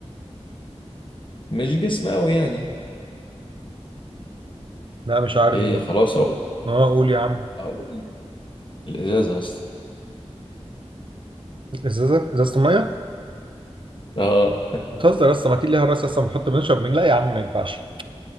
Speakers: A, on the left; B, on the right.
A: مش جسم قوي يعني
B: لا مش عارف
A: ايه
B: دي برضه
A: خلاص اقول
B: اه قول يا عم
A: اقول الازازة بس
B: ازازه ازازه الميه
A: اه
B: بتهزر اصلا ما اكيد ليها راس اصلا بنحط بنشرب من لا يا عم ما ينفعش